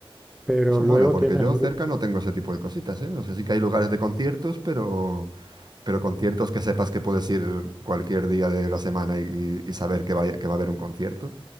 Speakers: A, in the centre; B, on the right (about 45°).
A: Pero
B: Eso
A: luego
B: mola, porque
A: tienes
B: yo
A: grupos,
B: cerca no tengo ese tipo de cositas, ¿eh? O sea, sí que hay lugares de conciertos, pero, pero conciertos que sepas que puedes ir cualquier día de la semana y, y saber que va, que va a haber un concierto.